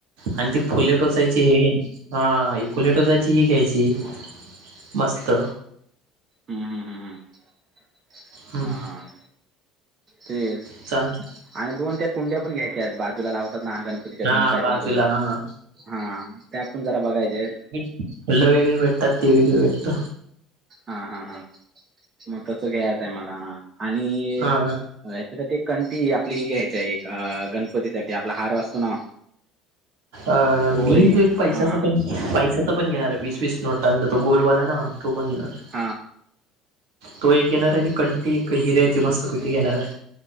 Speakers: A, on the right; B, on the right.
A: आणि ती फुले टोचायची हे घ्यायची. हा. हे फुलं टोचायची ही घ्यायची मस्त.
B: हम्म हम्म हम्म हम्म
A: हम्म
B: हा तेच
A: चांग
B: आणि, दोन त्या कुंड्या पण घ्यायच्या आहेत बाद तुला लावतात ना गणपतीच्या
A: हा
B: दोन साईडला
A: बाजूला
B: दोन
A: हा
B: हा त्यापण जरा बघायच्यात.
A: फुल वेगळी भेटतात, ते वेगळी भेटत.
B: हा हा हा, मग तस घ्यायचं आहे मला आणि
A: हा
B: हच्यासाठी एक कंटी आपली ही घ्यायची आहे, एक गणपतीसाठी आपला हार असतो ना.
A: अ
B: तो
A: मी
B: रे
A: तू एक
B: हा
A: पैशचा पण पै पण घेणार वीस वीस नोटांचा तो गोलवाला ना तो पण घेणार.
B: हा
A: तो एक घेणार आहे आणि कंटी एक हिऱ्याची मस्तपैकी घेणार आहे.